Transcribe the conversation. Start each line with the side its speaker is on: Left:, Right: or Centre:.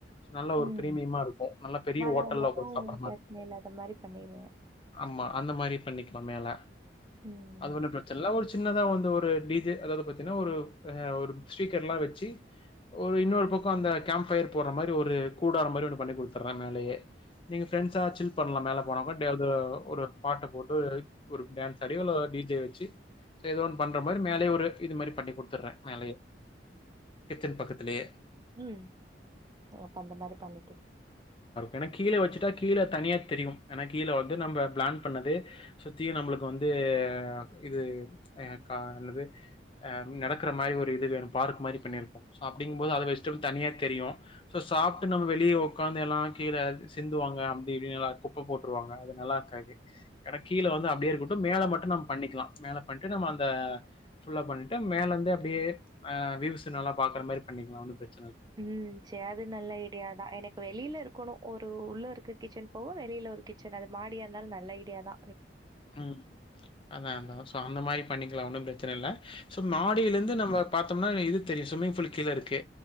Left: ஸோ நல்ல ஒரு
Right: ம்
Left: பிரீமியமா இருக்கும் நல்ல பெரிய
Right: மழ
Left: ஹோட்டல்ல
Right: வந்தாலு
Left: உட்காந்து
Right: ஓபன்
Left: சாப்பிட்ற மாதிரி இருக்கும்
Right: இல்லாத மாரி பண்ணிரு
Left: ஆமா அந்த மாரி பண்ணிக்கலா மேல
Right: ம்.
Left: அதொண்ணு பிரச்னை இல்ல ஒரு சின்னதா வந்து ஒரு டீஜே அதாவது பாத்தீனா ஒரு ஒரு ஸ்பீக்கர்லா வச்சு ஒரு இன்னொரு பக்கம் அந்த கேம்பயர் போற மாரி ஒரு கூடாற மாரி ஒன்னு பண்ணி குடுத்தற மேலயே, நீங்க ப்ரண்ட்ஸா சில் பண்லா மேல போன இந்த ஒரு பாட்டு போட்டு ஒரு டான்ஸ் ஆடி இல டீஜே வச்சு ஏதோ ஒன்னு பண்ற மாரி மேலயே ஒரு இது மாரி பண்ணி குடு த்ர மேலய கிச்சன் பக்கத்லயே
Right: உம் அப்ப அந்த மாரி பண்ணிக்ற
Left: எனக் கீழ வச்சிட்டா கீழ தனியாத்தெரியும் ஏனா கீழ வ து நம பிளான் பண்ணது சுத்தியும் நம்ளுக்கு வந்து இது கா என்னது அம் நடக்ற மாரி ஒரு இது வேணும் பார்க் மாறி பன்னிருக்கோம். சோ அப்டிங்கும் போது அத வச்சிட்டு தனியா தெரியும், சோ சாப்டு நம வெளிய உக்காந்து எல்லா கீழ சிந்துவாங்க அப்டி இப்டிலா குப்ப போட்ருவாங்க அத நலாருக்காது, ஏனா கீழ வந்து அப்டியே இருக்கட்டும், மேல மட்டும் நம்ம பண்ணிக்லா மேல பண்ட்டு நம்ம அந்த புல்லா பண்ணிட்டு மேலந்து அப்டியே வீவ்ஸ் நல்லா பாக்ற மாரி பண்ணிக்லாம் ஒன்னு பிரச்ச
Right: ம் சரி அது நல்ல ஐடியாதா, எனக்கு வெளில இருக்கணும் ஒரு உள்ள இருக்க கிச்சன் போக வெளில ஒரு கிச் சரி அது மாடியா இருந்தாலும் நல்ல ஐடியாதா
Left: உஹம் அதான் அதான் சோ அந்த மாரி பண்ணி க்கலா ஒன்னும் பிரச்சனல சோ மாடிலருந்து
Right: ம்.
Left: நம பாத்தோம்னா இது தெரியும் ஸ்விமிங் பூல் கீழருக்கு,